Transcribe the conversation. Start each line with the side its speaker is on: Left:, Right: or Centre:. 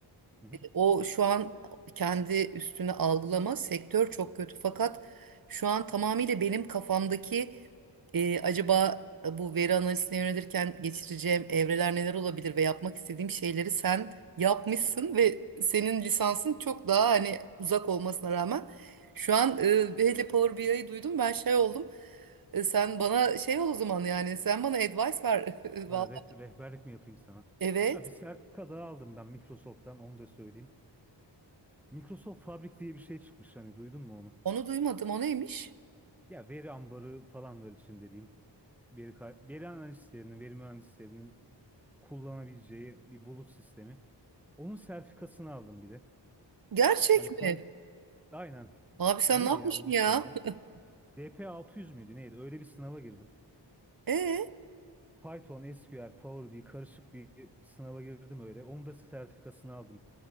Centre: Hı hı.
Right: O şu an kendi üstüne algılama sektör çok kötü fakat şu an tamamıyla benim kafamdaki e, acaba e, bu veri analizine yönelirken geçireceğim evreler neler olabilir ve yapmak istediğim şeyleri sen yapmışsın ve senin lisansın çok daha hani uzak olmasına rağmen şu an e, hele Power BI'yi duydum ben şey oldum E, sen bana şey ol o zaman yani sen bana advice ver <laughs> Vallahi
Centre: Ha, ret- rehberlik mi yapayım sana?
Right: evet
Centre: Ha, bir sertifika daha aldım ben Microsoft'tan onu da söyleyeyim. Microsoft Fabric diye bir şey çıkmış hani duydun mu onu?
Right: onu duymadım o neymiş
Centre: Ya veri ambarı falan var için dediğim. Veri, ka- veri analistlerinin, veri mühendislerinin kullanabileceği bir bulut sistemi. Onun sertifikasını aldım bir de.
Right: gerçek
Centre: Hani
Right: mi?
Centre: Python, aynen
Right: Abi sen
Centre: neydi
Right: ne yapmışsın
Centre: ya onun
Right: ya?
Centre: sınavı?
Right: <laughs>
Centre: DP600 müydü neydi? Öyle bir sınava girdim.
Right: Ee,
Centre: Python, SQL, Power BI karışık bir sınava girdim öyle. Onun da sertifikasını aldım.